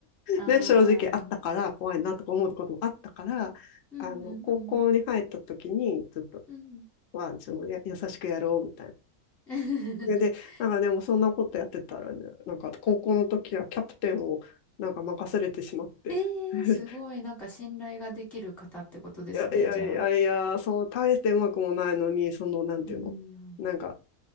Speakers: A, in the centre; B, on the left (about 65°).
A: ああ。
B: ね、正直あったから、怖いなとか思うこともあったから、
A: うんうん
B: あの、高校に入った時に、ちょっと、
A: うん。うん。
B: は、そのや、優しくやろうみたい
A: <laughs>
B: で、なんかでもそんなことやってたらね、なんか高校の時はキャプテンをなんか任されてしまって、
A: ええー、
B: <laughs>
A: すごい。なんか信頼ができる方ってことですね、
B: いやいやいやいや、
A: じゃあ。
B: そう、大してうまくもないのに、その、なんていうのなんか、
A: いいな